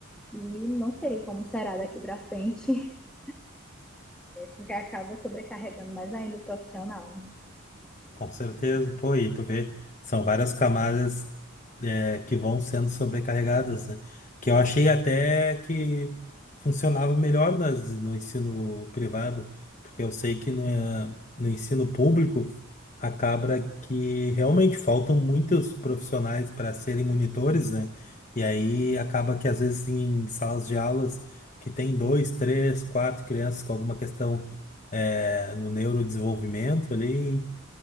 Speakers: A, in the centre; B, on the left (about 35°).
A: e não sei como será daqui para frente, <laughs> porque acaba sobrecarregando mais ainda o profissional, né?
B: Com certeza, pô, e tu vê, são várias camadas é, que vão sendo sobrecarregadas, né? Que eu achei até que funcionava melhor nas, no ensino privado, porque eu sei que no, eh, no ensino público acaba que realmente faltam muitos profissionais para serem monitores, né? E aí acaba que às vezes em salas de aulas que tem dois, três, quatro crianças com alguma questão eh, no neurodesenvolvimento ali